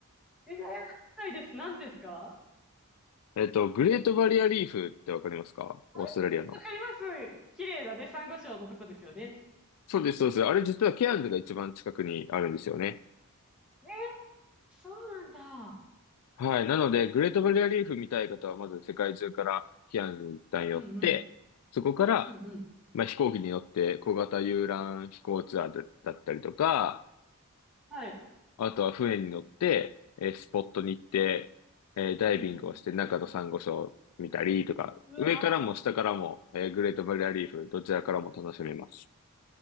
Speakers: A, in the centre; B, on the left (about 85°).
A: えー、わかんないです。何ですか
B: えっと、グレートバリアリーフってわかりますかオーストラリアの。
A: あれわかります。綺麗だね。珊瑚礁のとこですよね。
B: そうです、そうです。あれ実はケアンズが一番近くにあるんですよね。
A: えー、そうなんだ。
B: はい。なので、グレートバリアリーフ見たい方は、まず世界中からキアヌに一旦寄って、
A: うんうん。
B: そこから、
A: うんうん。
B: まあ、飛行機に乗って小型遊覧飛行ツアーだだったりとか、
A: はい。
B: あとは船に乗って、えースポットに行って、えーダイビングをして中のサンゴ礁見たりとか、
A: うん。うわー、
B: 上からも下からも、えーグレートバリアリーフ、どちらからも楽しめます。